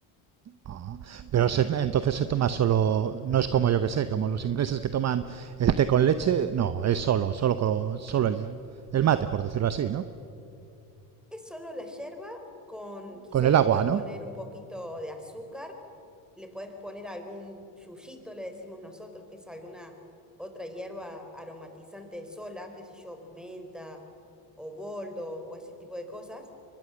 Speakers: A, on the right (about 35°); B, in the centre.
A: ah, pero se, entonces se toma solo, no es como yo que sé, como los ingleses que toman el té con leche, no, es solo, solo, con, solo el, el, mate, por decirlo así, ¿no?
B: Es solo la yerba con, quizás
A: Con el
B: le
A: agua,
B: puedes
A: ¿no?
B: poner un poquito de azúcar, le puedes poner algún yuyito, le decimos nosotros, que es alguna otra hierba aromatizante sola, qué sé yo, menta o boldo o ese tipo de cosas,